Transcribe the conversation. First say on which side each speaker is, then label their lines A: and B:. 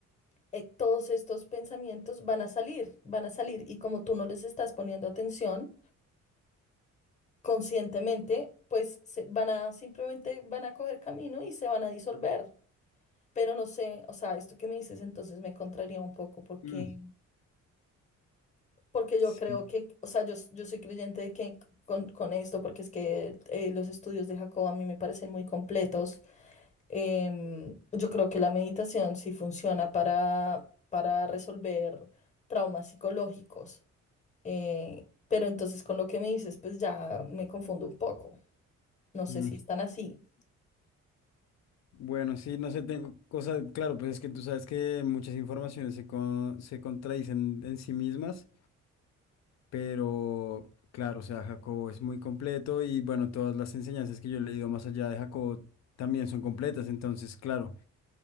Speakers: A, on the left; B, on the left.
A: eh, todos estos pensamientos van a salir, van a salir y como tú no les estás poniendo atención, conscientemente, pues se- van a simplemente van a coger camino y se van a disolver. Pero no sé, o sea, esto que me dices entonces me contraría un poco porque,
B: Mm,
A: porque
B: sí.
A: yo creo que, o sea, yo, s- yo soy creyente de que con, con esto, porque es que eh, los estudios de Jacob a mí me parecen muy completos. Em, yo creo que la meditación sí funciona para, para resolver traumas psicológicos. eh, pero entonces con lo que me dices, pues ya me confundo un poco. No sé
B: Mm.
A: si están así.
B: Bueno, sí, no sé, tengo cosas, claro, pues es que tú sabes que muchas informaciones se, con- se contradicen en sí mismas, pero claro, o sea, Jacobo es muy completo y bueno, todas las enseñanzas que yo he leído más allá de Jacobo también son completas, entonces, claro,